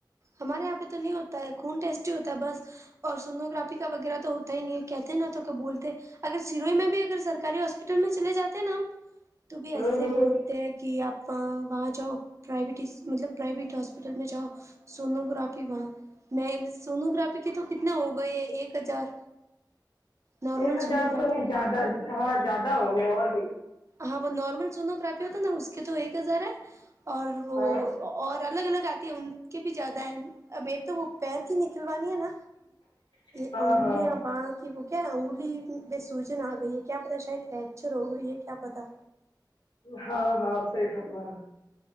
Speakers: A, on the right; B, on the left.
A: ہمارے یہاں پہ تو نہیں ہوتا ہے خون ٹیسٹی ہوتا ہے بس اور سنوگررافی کا وغیرہ تو ہوتا ہی نہیں ہے کہتے نا تو کیا بولتے اگر سروئی میں بھی اگر سرکاری ہاسپٹل میں چلے جاتے ہیں نا ہم تو بھی ایسے
B: ہوں
A: ہی
B: ہوں
A: بولتے کہ آپ وہاں جاؤ پرویٹ مطلب پرائیویٹ ہاسپٹل میں جاؤ سونو گگرافی وہاں نہیں سونوگررافی کے تو کتنے ہو گئے ہیں ایک ہزار نارمل
B: ایک ہزار
A: سونوگرافی
B: تو نہیں زیادہ زیادہ ہوں گے اور بھی
A: ہاں وہ نارمل سونو گاپی ہوتا ہے نا اس کے تو ایک ہزار ہے اور وہ
B: ہاں
A: اور الگ الگ آتی ہے ان کے بھی زیادہ ہیں ابیر تو وہ پیر کی نکلوانی ہے نا
B: <unintelligible>
A: یہ انگوڈیا
B: ہاں
A: بع <unintelligible> کہ وہ کیا انگولی میں سوجن آ گئی ہے کیا پتا شاید فریکچر ہو گئی ہے کیا پتا
B: ہاں ہاں صحی فر الال ہے